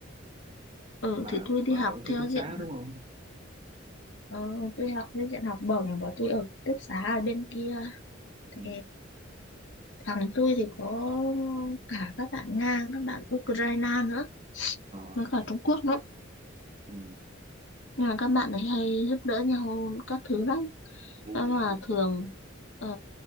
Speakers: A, on the left; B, on the right.
A: Ừ,
B: bà
A: thì tôi đi
B: bà
A: học
B: ở ký
A: theo
B: túc
A: diện...
B: xá đúng không?
A: Ờ, tôi học theo diện học bổng và tôi ở ký túc xá ở bên kia. Thì
B: Ừ.
A: thằng tôi thì có cả các bạn Nga, các bạn Ukraine nữa.
B: Ờ,
A: Với cả Trung Quốc nữa
B: ừ.
A: Nhưng mà các bạn ấy hay giúp đỡ nhau các thứ lắm.
B: Vui
A: Nhưng
B: ha.
A: mà thường ờ,